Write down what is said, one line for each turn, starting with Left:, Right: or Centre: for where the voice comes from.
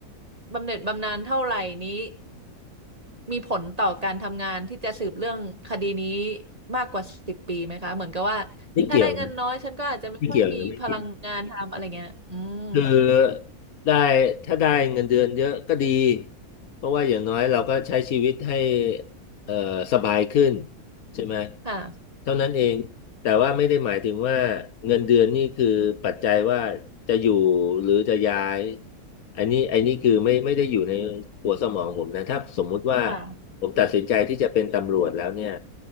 Right: บำเหน็จบำนาญเท่าไหร่นี้มีผลต่อการทำงานที่จะสืบเรื่องคดีนี้มากกว่าสิบปีไหมคะเหมือนกับว่าถ้าได้เงินน้อยฉันก็อาจจะไม่ค่อยมีพลังงานทำอะไรเงี้ยอืม
Left: ไม่เกี่ยวนะไม่เกี่ยวนะไม่เกี่ยวคือได้ถ้าได้เงินเดือนเยอะก็ดีเพราะว่าอย่างน้อยเราก็ใช้ชีวิตให้เอ่อสบายขึ้น ใช่ไหม
Right: ค่ะ
Left: เท่านั้นเองแต่ว่าไม่ได้หมายถึงว่าเงินเดือนนี่คือปัจจัยว่าจะอยู่หรือจะย้ายอันนี้อันนี้คือไม่ไม่ได้อยู่ในหัวสมองผมนะถ้าสมมุติว่า
Right: ค่ะ
Left: ผมตัดสินใจที่จะเป็นตำรวจแล้วเนี่ย